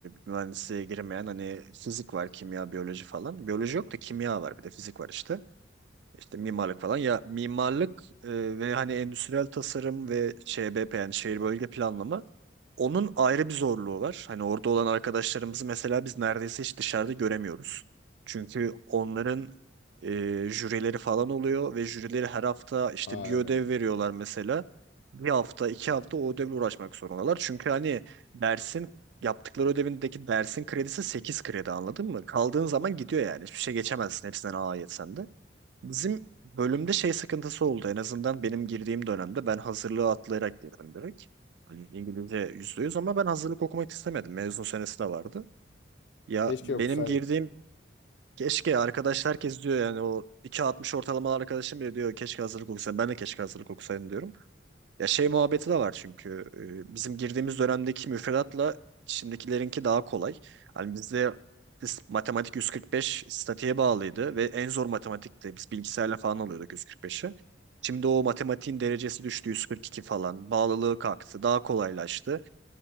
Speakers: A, on the right; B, on the left.
A: mühendisliğe girmeyen hani fizik var, kimya, biyoloji falan. Biyoloji yok da kimya var bir de fizik var işte. İşte mimarlık falan. Ya mimarlık e, ve hani endüstriyel tasarım ve ÇBP yani şehir bölge planlama onun ayrı bir zorluğu var. Hani orada olan arkadaşlarımızı mesela biz neredeyse hiç dışarıda göremiyoruz. Çünkü onların e, jürileri falan oluyor ve jürileri her hafta işte
B: Ha
A: bir ödev
B: evet.
A: veriyorlar mesela. Bir hafta, iki hafta o ödevle uğraşmak zorundalar. Çünkü hani dersin yaptıkları ödevindeki dersin kredisi sekiz kredi anladın mı? Kaldığın zaman gidiyor yani. Hiçbir şey geçemezsin hepsinden A yetsen de. Bizim bölümde şey sıkıntısı oldu. En azından benim girdiğim dönemde ben hazırlığı atlayarak girdim direkt. Hani İngilizce %100 ama ben hazırlık okumak istemedim. Mezun senesi de vardı. Ya
B: Keşke
A: benim
B: okusaydım.
A: girdiğim Keşke arkadaş herkes diyor yani o iki altmış ortalamalı arkadaşım bile diyor keşke hazırlık okusaydım. Ben de keşke hazırlık okusaydım diyorum. Ya şey muhabbeti de var çünkü e, bizim girdiğimiz dönemdeki müfredatla şimdikilerinki daha kolay. Hani bizde biz matematik 145 statiğe bağlıydı ve en zor matematikti. Biz bilgisayarla falan alıyorduk 145'i. Şimdi o matematiğin derecesi düştü 142 falan. Bağlılığı kalktı. Daha kolaylaştı.